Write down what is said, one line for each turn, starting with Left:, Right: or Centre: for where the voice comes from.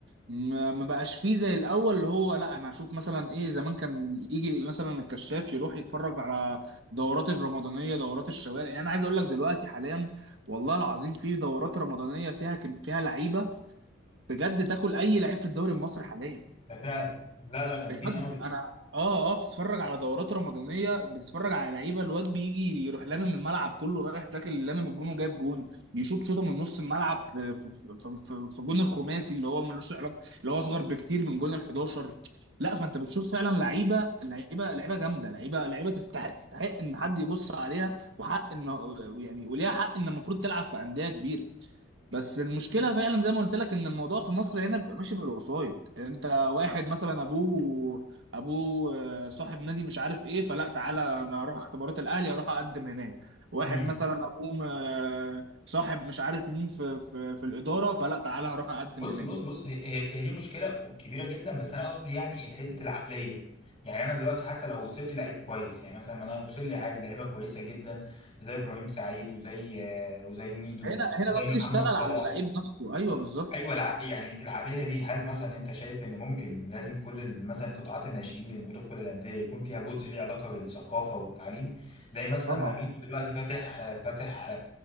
Right: ما ما بقاش فيه زي الاول اللي هو لا انا هشوف مثلا ايه زمان كان يجي مثلا الكشاف يروح يتفرج على دورات الرمضانيه دورات الشوارع يعني انا عايز اقول لك دلوقتي حاليا والله العظيم في دورات رمضانيه فيها كم... فيها لعيبه بجد تاكل اي لعيب في الدوري المصري حاليا
Left: ده فعلا لا لا جامدين
Right: بجد
Left: قوي
Right: انا اه اه بتتفرج على دورات رمضانيه بتتفرج على لعيبه الواد بيجي يروح لامم الملعب كله رايح تاكل لامم الجون وجايب جون يشوط شوطه من نص الملعب في في في, في, في جون الخماسي اللي هو ملوش علاقه اللي هو اصغر بكتير من جون ال 11 لا فانت بتشوف فعلا لعيبه لعيبه لعيبه جامده لعيبه لعيبه تستحق تستحق ان حد يبص عليها وحق ان يعني وليها حق ان المفروض تلعب في انديه كبيره بس المشكله فعلا زي ما قلت لك ان الموضوع في مصر هنا بيبقى ماشي بالوسايط انت واحد مثلا ابوه ابوه آه، صاحب نادي مش عارف ايه فلا تعالى انا اروح اختبارات الاهلي اروح اقدم هناك واحد
Left: مم.
Right: مثلا ابوه آه، صاحب مش عارف مين في في في الاداره فلا تعالى هروح اقدم
Left: بص
Right: هناك
Left: بص بص هي هي هي دي مشكله كبيره جدا بس انا قصدي يعني حته العقليه يعني انا دلوقتي حتى لو وصل لي لعيب كويس يعني مثلا ما انا وصل لي عادي لعيبه كويسه جدا زي ابراهيم سعيد وزي آه، وزي ميدو
Right: هنا هنا
Left: وزي
Right: بقى
Left: محمد
Right: تشتغل
Left: صلاح
Right: على اللعيب نفسه ايوه
Left: طب-
Right: بالظبط
Left: ايوه الع... يعني العقليه دي هل مثلا انت شايف ان ممكن لازم كل ال- مثلا قطاعات الناشئين اللي موجوده في كل الانديه يكون فيها جزء ليه علاقه بالثقافه والتعليم زي مثلا
Right: طبعا
Left: ما ميدو دلوقتي فاتح فاتح